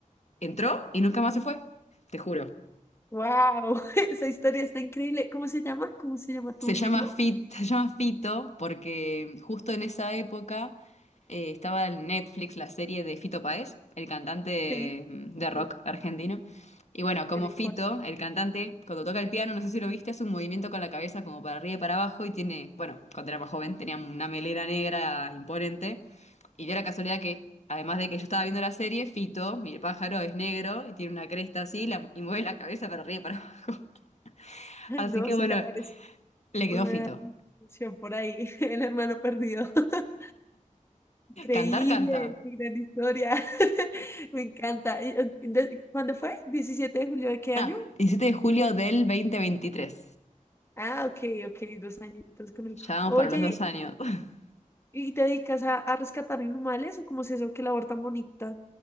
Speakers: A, on the left (about 55°); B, on the left (about 20°).
A: Entró y nunca más se fue, te juro.
B: Wow, <laughs> esa historia está increíble. ¿Cómo se llama? ¿Cómo se llama tu
A: Se llama
B: mirlo?
A: Fit, se llama Fito porque justo en esa época eh, estaba en Netflix la serie de Fito Páez, el cantante
B: Sí,
A: mm, de rock
B: sí,
A: argentino. Y bueno, como
B: el licor.
A: Fito, el cantante, cuando toca el piano, no sé si lo viste, hace un movimiento con la cabeza como para arriba y para abajo y tiene, bueno, cuando era más joven tenía una melena negra imponente. Y dio la casualidad que, además de que yo estaba viendo la serie, Fito, mi pájaro, es negro y tiene una cresta así la- y mueve la cabeza para arriba y para abajo. <laughs>
B: <laughs>
A: Así
B: No,
A: que
B: se
A: bueno,
B: te aparece
A: le
B: una
A: quedó Fito.
B: canción por ahí, <laughs> el hermano perdido. <laughs> Increíble,
A: Cantar, canta.
B: qué gran historia. <laughs> Me encanta. Y, eh, de- ¿Cuándo fue? Diecisiete de julio de qué
A: Ah,
B: año?
A: 17 de julio del 2023.
B: Ah, ok, ok, dos añitos con él.
A: Ya vamos
B: Oye,
A: para los dos años. <laughs>
B: ¿y te dedicas a, a rescatar animales o cómo es eso? ¿Qué labor tan bonita?